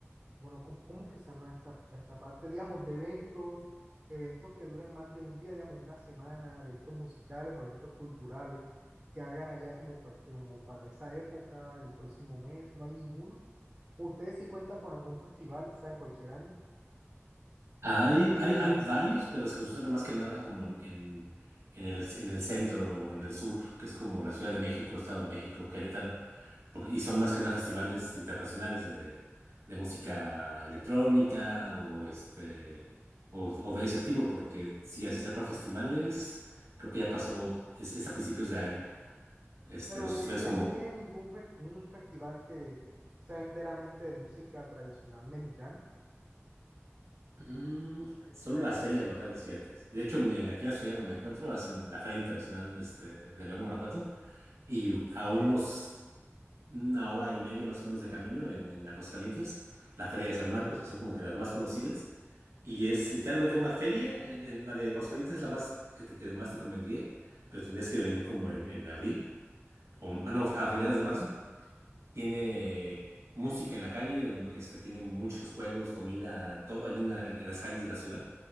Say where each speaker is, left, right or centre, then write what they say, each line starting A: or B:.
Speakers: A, on the right; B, on the right.
A: bueno, ¿cómo, cómo que se llama esta, esa parte? Digamos, de eventos, eventos que duren más de un día, digamos, una semana, eventos musicales o eventos culturales que hagan allá como para, como para esa época del próximo mes, no hay ninguno. Ustedes sí cuentan con algún festival, sea en cualquier año,
B: Hay, hay, hay varios, pero se concentran más que nada como en, en, en el, en el centro o en el sur, que es como la Ciudad de México, Estado de México, Querétaro, porque- y son más que nada festivales internacionales de, de música electrónica o, este, o, o de ese tipo, porque si así tal cual festivales, creo que ya pasó, es, es a principios de año, este,
A: pero
B: los
A: ustedes
B: festivales como,
A: no tienen ningún fe- un festival que sea enteramente de música tradicional mexicana.
B: mm, solo las ferias locales, fíjate. De hecho, me- aquí en la ciudad donde me encuentro hacen la Feria Internacional este, de León, Guanajuato. Y a unos, una hora y media más o menos de camino en, en Aguascalientes, la Feria de San Marcos, que son como que las más conocidas. Y es literalmente una feria, en- en la de Aguascalientes es la más que, te- que más te convendría, pero tendrías que venir como en, en abril, o ah, no, a finales de marzo, tiene música en la calle, mm, este, tiene muchos juegos, comida, todo allí en, la- en- en las calles de la ciudad.